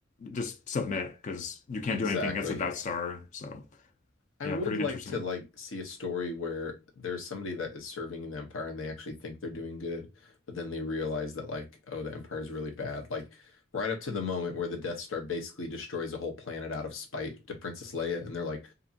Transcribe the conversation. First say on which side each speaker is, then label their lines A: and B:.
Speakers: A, on the left; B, on the left.
A: just submit because you can't
B: Exactly.
A: do anything against the Death Star. So
B: I
A: yeah,
B: would
A: pretty
B: like
A: interesting.
B: to like see a story where there's somebody that is serving in the empire and they actually think they're doing good, but then they realize that like, oh, the empire is really bad. Like right up to the moment where the Death Star basically destroys a whole planet out of spite to Princess Leia, and they're like,